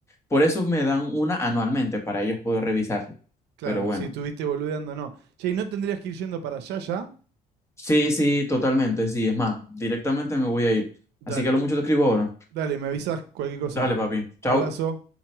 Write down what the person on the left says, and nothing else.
Por eso me dan una anualmente para ellos poder revisarlo.
Pero bueno,
sí, sí, totalmente, sí. Es más, directamente me voy a ir.
Así que a lo mucho te escribo ahora.
Dale, papi. Chao.